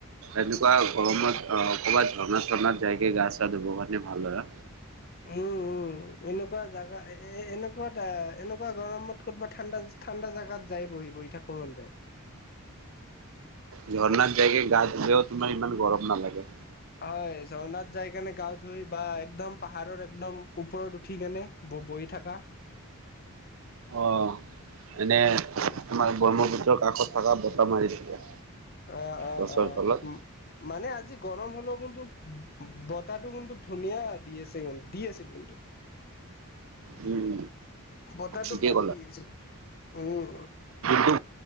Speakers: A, on the right; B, on the left.
A: এনেকুৱা গৰমত অ কবাত ঝৰ্ণা ঝৰ্ণাত যাইকে গা চা ধুব কাৰণে ভাল হয়।
B: উম, উম। এনেকুৱা জাগা এ এনেকুৱাত এনেকুৱা গৰমত ক'ত বা ঠাণ্ডা ঠাণ্ডা জাগাত যাই বহি বহি থাকব মন যায়।
A: ঝৰ্ণাত যায় কে গা ধুলেও তোমাৰ ইমান গৰম নালাগে।
B: হয় ঝৰ্ণাত যাই কেনে গা ধুই বা একদম পাহাৰৰ একদম ওপৰত উঠি কেনে ব বৈ থাকা।
A: অ। এনে আমাৰ ব্ৰহ্মপুত্ৰ কাষত থাকা বতাহ মাৰি থাকে।
B: অ-অ-অ
A: গছৰ তলত
B: মানে আজি গৰম <unintelligible> কিন্তু বতাহটো কিন্তু ধুনীয়া দি আছিল, দি আছিল কিন্তু।
A: উম।
B: বতাহটো
A: ঠিকেই
B: ভাল দি আছে, উম।
A: কিন্তু